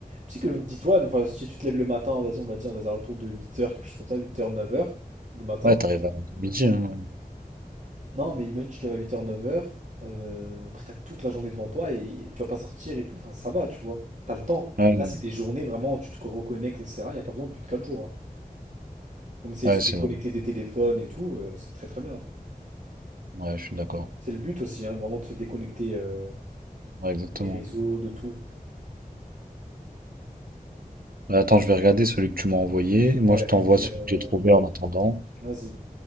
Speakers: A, on the right; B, on the right.
A: tu sais que dis-toi, Enfin, si tu te lèves le matin, vas-y, on va dire, dans les alentours de huit heures, quelque chose comme ça, huit heures, neuf heures du matin.
B: ouais, t'arrives à midi. hein.
A: Non, mais imagine, tu te lèves à 8h, 9h, euh, après t'as toute la journée devant toi et tu vas pas sortir et tout, enfin ça va, tu vois, t'as le temps.
B: Ouais,
A: Là,
B: ouais,
A: c'est des journées vraiment, tu te reconnectes, etc. Il n'y a pas besoin de plus de quatre jours. hein. On essaie
B: ouais,
A: de se
B: c'est
A: déconnecter
B: vrai.
A: des téléphones et tout, euh, c'est très très bien.
B: Ouais, je suis d'accord.
A: C'est le but aussi, hein, vraiment de se déconnecter euh,
B: Ouais, exactement.
A: des réseaux, de tout.
B: Bah, Attends, je vais regarder celui que tu m'as envoyé. Moi,
A: Ouais,
B: je t'envoie
A: mais
B: celui
A: euh,
B: que j'ai trouvé en attendant.
A: vas-y.